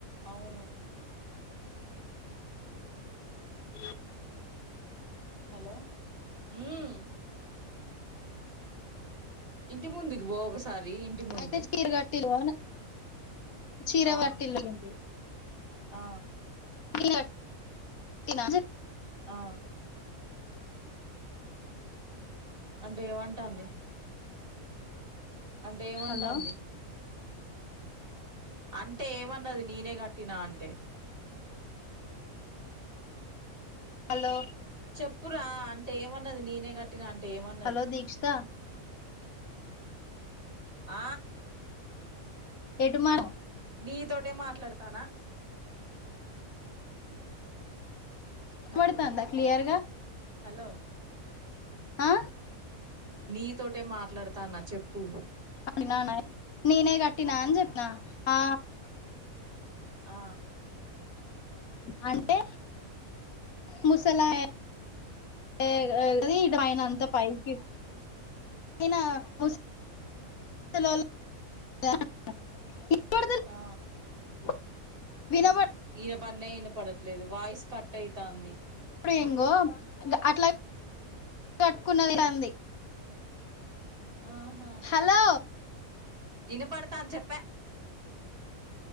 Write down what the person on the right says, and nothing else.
అవును
హలో మ్ ఇంటి ముందుకి పో ఒకసారి ముందు
ఆ
ఆ
ఆ అంటే ఏమంటాంది అంటే ఏమంటంది
అంటే ఏమన్నది నేనే కట్టినా అంటే
చెప్పురా అంటే ఏమన్నది నేనే గట్ టీనా అంటే ఎమాన్
ఆ
నీతోటే మాట్లాడతనా
హలో
హలో
నీతోటే మాట్లాడతాన్న చెప్పు
ఆ
ఆ
ఇనపనే ఇనపడట్లేదు వాయిస్ కట్ అయితంది
ఆహా
వినపడతాది చెప్పే